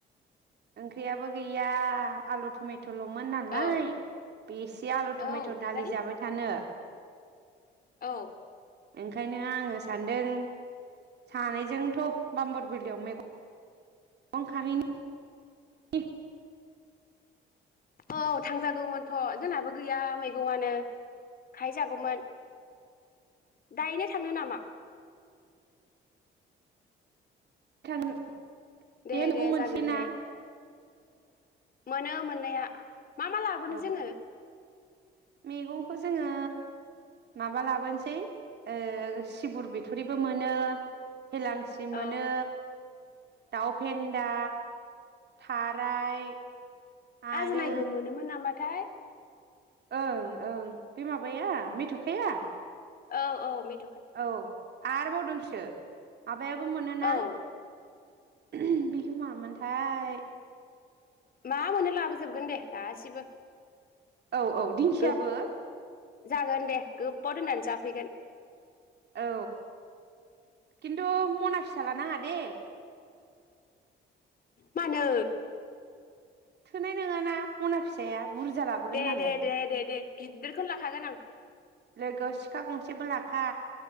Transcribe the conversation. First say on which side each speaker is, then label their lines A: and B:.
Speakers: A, on the right; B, on the left.
A: ओंख्रियाबो गैया आलु टमेट'। टमेटल'मोन नालाय
B: औ
A: बेसे आलु टमेट'
B: औ ओमफ्राय
A: दालि जाबाय थानो।
B: औ
A: ओंखायनो आङो। सान्दों सानैजोंथ' बाम्बरबिलयाव मैगं मैगं खाहैनो <inaudible>
B: औ थांजागौमोनथ' जोंनाबो गैया मैगंनो खाहैजागौमोन। दायनो थांनो नामा।
A: थां बेहाय
B: दे
A: मैगं
B: दे
A: मोनसैयोना।
B: जागोन दे मोनो मोननाया मा मा लाबोनो
A: औ
B: जोङो
A: मैगंखौ जोङो माबा लाबोनोसै ओ सिबुर बिथुरिबो मोनो हेलांसि मोनो
B: औ
A: दाउफेन्दा थाराय आरो
B: आजनायबो मोनोमोन नामाथाय
A: ओं ओं बे माबाया मैथ'खाया
B: औ औ बे
A: औ आरोबाव सो <unintelligible> माबायाबो मोनोना
B: औ
A: उम बिहोमामोनथाय
B: मा मोनो लाबोजोबगोन दे गासिबो
A: औ औ दिंखियाबो
B: गोब जागोन दे गोबबाव दोननानै जाफैगोन
A: औ खिन्थु मना फिसालानाङा दे
B: मानो
A: थोनाय नोङाना मना फिसाया बुरजा लाबोगोन
B: दे
A: नालाय
B: दे दे दे दे गिदिरखौनो लाखागोन आं
A: लोगोआव सिखा गंसेबो लाखा